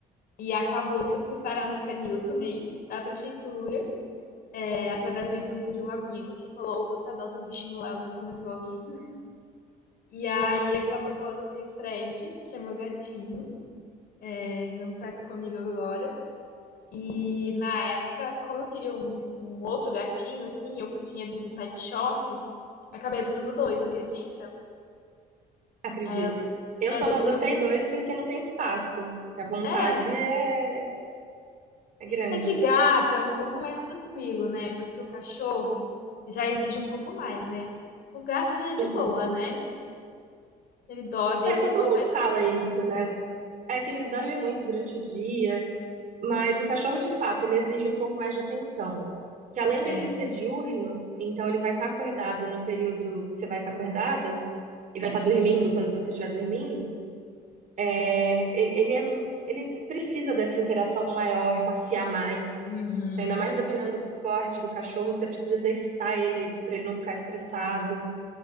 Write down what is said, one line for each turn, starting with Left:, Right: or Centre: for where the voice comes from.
Left: E acabou que eu fui parar no canil também, da prefeitura, é, através da influência de um amigo que falou: ou você adota um bichinho lá, eu não sou mais seu amigo. E aí acabou que eu adotei o Fred, que é meu gatinho, é, não tá comigo agora. E na época, como eu queria um, um outro gatinho, assim, eu tinha ido num pet shop, acabei adotando dois, acredita?
Right: acredito.
Left: Aí eu aí eu
Right: Eu
Left: adotei
Right: só não adotei
Left: um.
Right: dois porque não tem espaço. A vontade
Left: É,
Right: é, é grande,
Left: é que gata é um pouco mais tranquilo, né? Porque o cachorro já exige um pouco mais, né? O gato já é de
Right: um pouco.
Left: boa, né? Ele dorme, deita
Right: É, todo
Left: no sofá
Right: mundo
Left: e
Right: fala
Left: fica,
Right: isso,
Left: né?
Right: né? É que ele dorme muito durante o dia, mas o cachorro, de fato, ele exige um pouco mais de atenção. Que além dele
Left: É.
Right: ser diurno, então ele vai estar acordado no período que você vai estar acordada, e vai estar dormindo quando você estiver dormindo, é, ele, ele, é, ele precisa dessa interação maior, passear mais.
Left: Uhum.
Right: Então, ainda mais dependendo do porte do cachorro, você precisa exercitar ele para ele não ficar estressado.